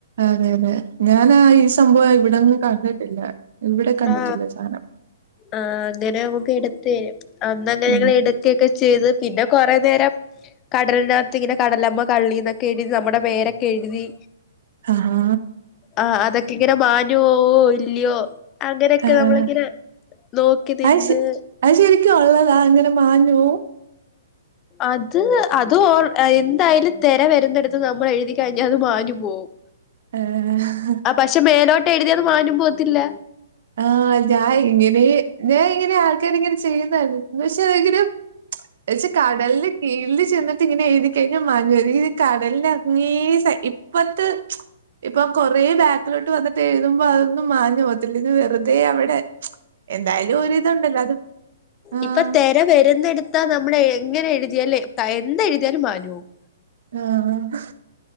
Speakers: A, on the right; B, on the left.
A: അതെ അതെ ഞാൻ ആ ഈ സംഭവം ഇവിടൊന്നും കണ്ടിട്ടില്ല ഇവിടെ കണ്ടിട്ടില്ല
B: ആ
A: സാനം
B: ആ അങ്ങനാവും എടുത്തേ അന്നങ്ങനെ
A: ഉം
B: ഞങ്ങള് എടുക്കയൊക്കെ ചെയ്ത് പിന്നെ കൊറെനേരം കടലിനകത്ത് ഇങ്ങനെ കടലമ്മ കള്ളീന്നൊക്കെ എഴുതി നമ്മടെ പേരൊക്കെ എഴുതി
A: ആഹാ
B: ആഹ അതൊക്കെ ഇങ്ങനെ മാഞ്ഞു പോവോ ഇല്ലയോ അങ്ങനെയൊക്കെ
A: ആഹ
B: നമ്മളിങ്ങനെ നോക്കി നിന്ന്
A: അയ്ഷ് അയ്ശരിക്കുള്ളതാ അങ്ങനെ മാഞ്ഞുപോവും
B: അത് അത് ഓർ എന്തായാലും തെര വരുന്നടുത്ത് നമ്മള് എഴുതി കഴിഞ്ഞാ അത് മാഞ്ഞു പോവും.
A: ഏഹ്
B: ആ പക്ഷെ മേലോട്ട് എഴുതിയാ അത് മാഞ്ഞും പോവത്തില്ല.
A: ആഹ് ഞാൻ ഇങ്ങനെ ഞാൻ ഇങ്ങനെ ആൾക്കാര് ഇങ്ങനെ ചെയ്യുന്ന കണ്ടി <inaudible> പക്ഷെ <unintelligible> പക്ഷേ കടലില് കീഴില് ചെന്നിട്ട് ഇങ്ങനെ എഴ്തിക്കഴിഞ്ഞാ മാഞ്ഞോ <unintelligible> കടലിൻ്റെ അങ്ങേ സൈ ഇപ്പത്തെ ഇപ്പൊ കൊറേ ബാക്കിലോട്ട് വന്നിട്ട് എഴുതുമ്പൊ അതൊന്നും മാഞ്ഞു പോവത്തില്ല ഇത് വെ റുതേ അവിടെ എന്തായാലും ഒരിതുണ്ടല്ലോ അത് ആഹ്
B: ഇപ്പ തെര വരുന്നെടുത്താ നമ്മള് എങ്ങനെ എഴ് തിയാല് ത എന്തെഴുതിയാലും മാഞ്ഞു പോവും.
A: ആഹ്